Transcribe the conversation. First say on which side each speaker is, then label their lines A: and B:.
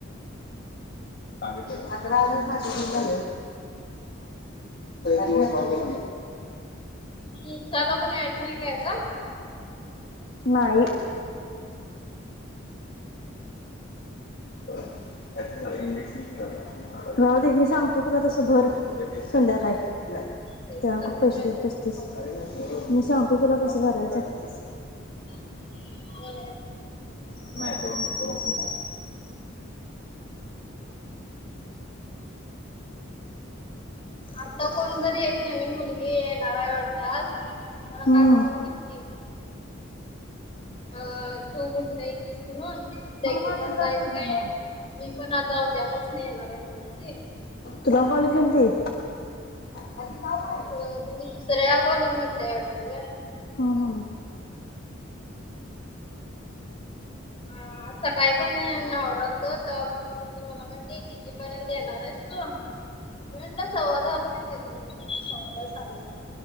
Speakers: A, on the left; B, on the left.
A: सांगितलं का आता लावणार खाते मध्ये दिवस राहू दे
B: इन्स्टा ला पण ऍड नाही आहे का ग
A: माई त्याच झाल कि इंजेक्शन घेऊ आता राव दे मी सांगतो तुला तस भर संध्याकाय
B: तेच
A: त्याांकुड
B: संध्याकाळी
A: पैसे देत
B: बोलतो
A: बस्तीस
B: मग
A: मी सांगतो तुला कसं भरायचं
B: हो
A: नाही
B: आता कोणतरी एक नवीन मुली ये नारयवरडचा आज मला
A: हम्म.
B: काल फोन कतीती अ तू कुठ नाही ये तस म्हणून रेग्युलर
A: मला माझ्या घरात
B: लाईफ
A: पडली
B: काय मी पण आता उद्या बसने येणार आहे मना ते
A: तुला कॉल केलती माझी नाव काय?
B: होय म्हणजे दुसऱ्या कॉलेजमधले आहे वाटतं काय
A: हा ह
B: हा सकाळी पण आववरलतो फोन घेतली मला म्हटली तेपर्यंत येणार आहेस तू म्ह सव्वा दहा पर्यंत येतोयस म्हटजे सव्वा दहा साडेदहा